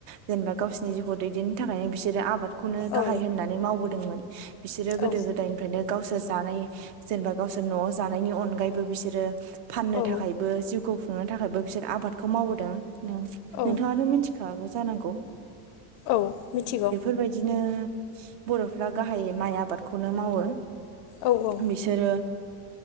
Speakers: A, on the right; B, on the left.
A: जेनेबा गावसिोरनि जिउखौ दैदेननो थाखायनो बिसोरो आब। आबादखौनो गाहाय
B: औ
A: होननानै मावबोदोंमोन बिसोरो
B: औ
A: गोदो गोदायनिफ्रायनो गावसोर जानाय। जेनेबा गावसोर न'आव जानायनि अनगायैबो बिसोर आरो फाननो
B: औ
A: थाखायबो जिउखौ खुंनो थाखायबो बिसोर आबादखौ मावबोदों
B: औ
A: नोंथाङाथ' मिथिखागौ जानांगौ।
B: औ मिथिगौ
A: बेफोरबायदिनो बर'फ्रा गाहायै माइ आबादखौनो मावो।
B: औ औ
A: बिसोरो